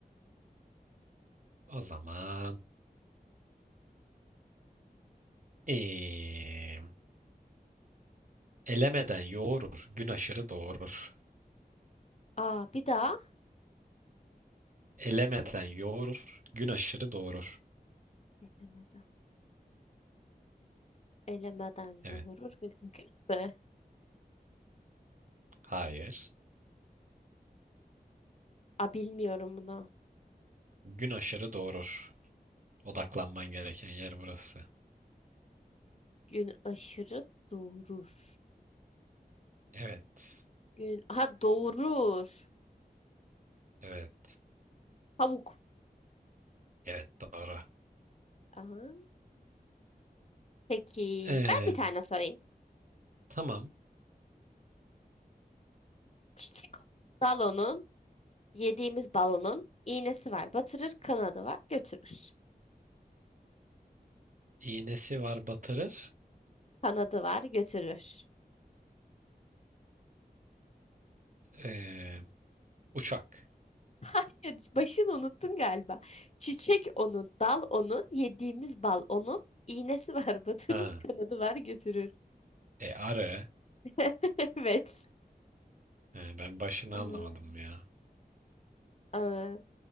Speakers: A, on the right (about 55°); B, on the left (about 40°).
A: O zaman eee, elemeden yoğurur, gün aşırı doğurur.
B: Aa bir daha.
A: Elemeden yoğurur, gün aşırı doğurur.
B: Elemeden. Elemeden yoğurur
A: Evet.
B: gün. Gün mü?
A: Hayır.
B: Aa bilmiyorum bunu.
A: Gün aşırı doğurur. Odaklanman gereken yer burası.
B: Gün aşırı doğurur.
A: Evet.
B: Gün. Ha doğurur.
A: Evet.
B: Pamuk.
A: Evet doğru.
B: Aa. Peki
A: Eee,
B: ben bir tane sorayım.
A: tamam.
B: Çiçek balonun, yediğimiz balonun iğnesi var. Batırır, kanadı var, götürür.
A: İğnesi var batırır.
B: Kanadı var, götürür.
A: Eee, uçak.
B: <laughs> Hayır, başını unuttun galiba. Çiçek onun, dal onun, yediğimiz bal onun, iğnesi var, <laughs> batırır,
A: Ha.
B: kanadı var, götürür.
A: E, arı.
B: <laughs> Evet.
A: Ee, ben başını
B: Ee,
A: anlamadım ya.
B: Aa,